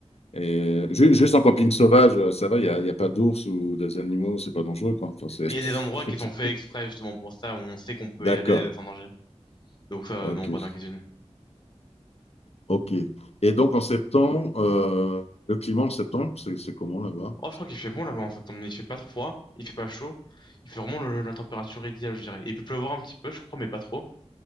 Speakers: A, on the left; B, on the left.
A: Et ju- juste en camping sauvage, euh, ça va, il n'y a, y a pas d'ours ou des animaux, c'est pas dangereux, quoi. Enfin, c'est...
B: Il y a des endroits
A: <laughs>
B: qui sont faits exprès, justement, pour ça, où on sait qu'on peut
A: D'accord.
B: y aller euh, sans danger. Donc ça,
A: Ok.
B: euh, non, pas d'inquiétude.
A: Ok. Et donc en septembre, euh, le climat en septembre, c'est c'est comment là-bas?
B: Oh, je crois qu'il fait bon là-bas en septembre. Il fait pas trop froid, il fait pas chaud. Il fait vraiment le- la température idéale, je dirais. il peut pleuvoir un petit peu, je crois, mais pas trop.